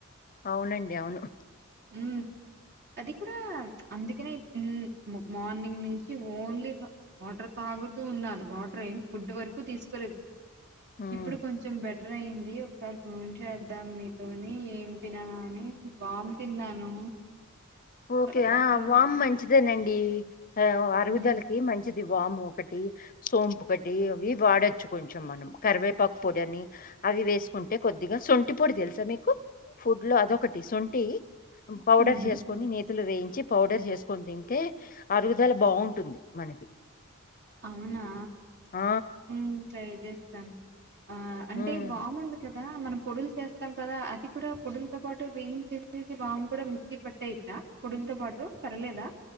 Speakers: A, on the left; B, on the right.
A: అవునండి అవును.
B: ఊమ్ అది కూడా అందుకనే ఇ మార్నింగ్ నుంచి ఓన్లీ వాటర్ తా తాగుతూ ఉన్నాను వాటర్ ఏం ఫుడ్ వరకు తీసుకోలేదు.
A: హ్మ్.
B: ఇప్పుడు కొంచెం బెటర్ అయింది ఒకసారి ఫోన్ చేద్దాం మీతోని ఏం తిన్నానా అని వామ్ తిన్నాను.
A: ఓకే
B: తర్వాత
A: ఆ వామ్ మంచిదేనండి ఆ అరుగుదలకి
B: ఉమ్
A: మంచి అది వాము ఒకటి సోంపు ఒకటి అవి వాడొ చ్చు కొంచెం మనం కరివేపాకు పొడి అని అవి వేసుకుంటే కొద్దిగా సొంటి పొడి తెలుసా మీకు? ఫుడ్ లో అదొకటి సొంటి పౌడర్
B: ఉహు
A: చేసు నేతులు వేయించి పౌడర్ చేసుకొని తింటే అరుగుదల బాగుంటుంది మనకి
B: అవునా
A: ఆ!
B: ఉమ్ ట్రై చేస్తాను. ఆ అంటే
A: హ్మ్.
B: వామెందుకు చెప్ మనం పొడులు చేస్తాం కదా? అది కూడా పొడులతో పాటు వేయించేసి వాము కూడా మిక్సీ పట్టేయచ్చా? ఆ పొడిన్తో పాటు పర్లేదా?